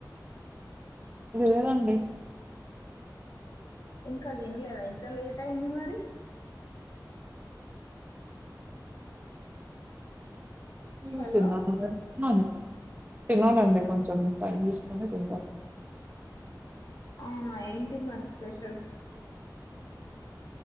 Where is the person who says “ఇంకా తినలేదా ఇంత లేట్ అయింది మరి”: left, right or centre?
Left